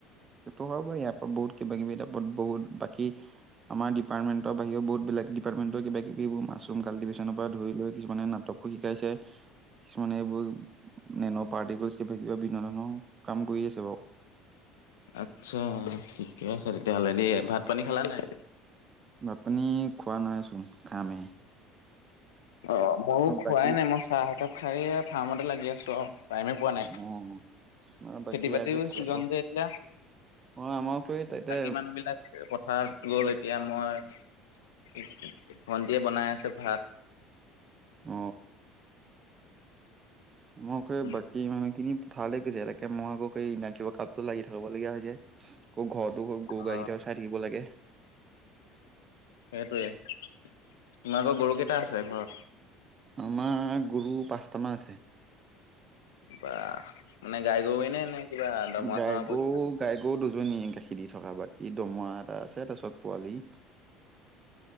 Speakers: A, on the right; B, on the left.
A: সেইটো হয় বাৰু ইয়াৰ পৰা বহুত কিবা কিবি তাপাত বহুত বাকী আমাৰ ডিপাৰ্টমেণ্ট বাহিৰেও বহুত বেলেগ ডিপাৰ্টমেণ্টৰ কিবা কিবি মাচৰুম কাল্টিভেচনৰ পৰা ধৰি লৈ কিছুমানে নাটক শিকাইছে কিছুমানে এইবোৰ নেন পাৰ্টি <unintelligible> কিবা কিবা বিভিন্ন ধৰণৈশও কাম কৰি আছে বাৰু
B: আচ্ছা ঠিকে আছে তেতিয়াহ'লে দেই। ভাত পানী খালা নাই?
A: ভাত পানী খোৱা নাইচোন খামে হে
B: অ মইয়ো খোৱাই
A: বাকী
B: নাই মই চাহ একাপ খায়ে ফাৰ্মতে লাগি আছো আও টাইমে পোৱা নাই।
A: অ আমাৰ
B: খেতি
A: বাকী
B: বাতি
A: ৰাইজে খালে
B: সিজন
A: বাৰু
B: যে এতিয়া
A: অ আমাৰ সেই তাতে
B: বাকী মানুহ বিলাক পথাৰত গ'ল এতিয়া মই ভণ্টীয়ে বনাই আছে ভাত।
A: অ মোক সেই
B: উম
A: বাকী সময়খিনি ভালে কৈছে এনেকে মই আকৌ এই নাইটচিপৰ কাপটো লাগি থাকাব লগীয়া হয় যে আকৌ ঘৰটো গৰু
B: অ
A: গাইকেইটাও চাই থাকিব লাগে।
B: সেইটোৱে তোমাৰ আক গৰু কেইটা আছে ঘৰত
A: আমাৰ গৰু পাঁচটামান আছে।
B: বা মানে গাই গৰুৱে নে কিবা দমৰা
A: গাই
B: চমৰা পুহিছা?
A: গৰু গাই গৰু দুজনীয়ে গাখীৰ দি থকা বাকী দমৰা এটা আছে তাৰপিছত পোৱালি